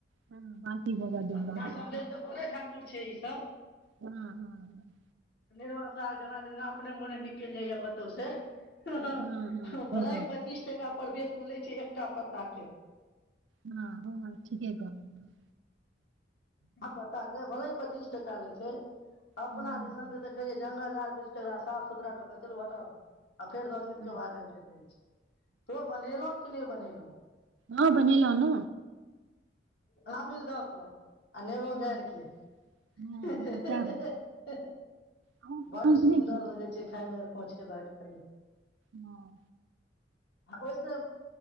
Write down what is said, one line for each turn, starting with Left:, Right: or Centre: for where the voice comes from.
Right: हाँ बाँकी जगा जोड़बाक
Left: अपना
Right: लागै
Left: सब
Right: छै
Left: लेल तऽ बने झाकुर छै ई सब
Right: हँ हँ
Left: निरवा साग जेना जेना अपने मोने नीक कैल जाइया कतहु से हँ-हाँ
Right: हँ हँ
Left: भलेहिं
Right: हँ हँ
Left: पच्चीस टका परदेशमे लै छै एकटा पत्ताकके
Right: हाँ हाँ ठीके कहलहूँ
Left: हाँ पताके भले पच्चीस टका लै छै अपना
Right: हँ
Left: दिसनतऽ देखै छियै जंगल झाड़ पोइछ कऽ एकरा साफ सुथरा कऽ कऽ चलू हटाउ आ फेर दस दिन
Right: हँ
Left: के बाद आबि जाइत रहै छै यौ बनेलहुँ की नहि बनेलहुँ
Right: हँ बनेलौं ने
Left: आमिल दऽ कऽ आ नेबो
Right: हँ
Left: गारिके
Right: हँ
Left: हँ-हँ-हह-हँ
Right: हँ सैह बन अहुं खेलौं
Left: बड्ड
Right: कि
Left: सुन्दर
Right: नै खेलौं
Left: लगै छै खाईमे पहुँचके बात करियौ
Right: हाँ
Left: आ ओहिसँ